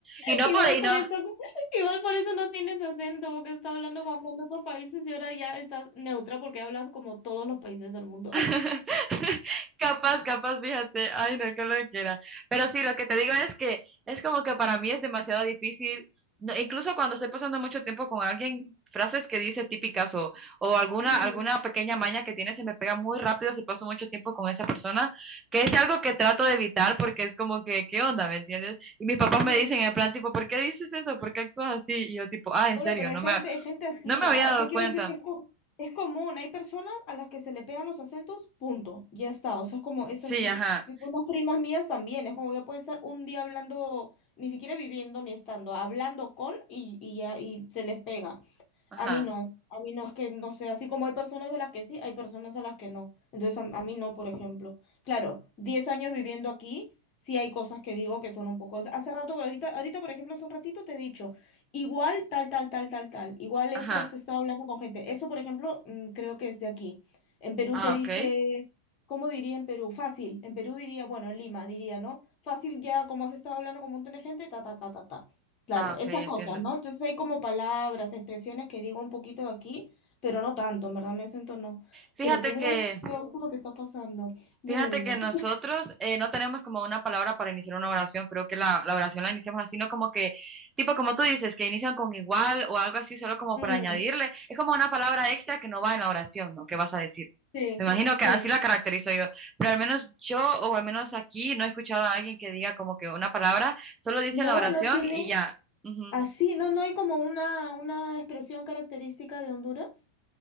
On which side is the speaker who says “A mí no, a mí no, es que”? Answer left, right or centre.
Left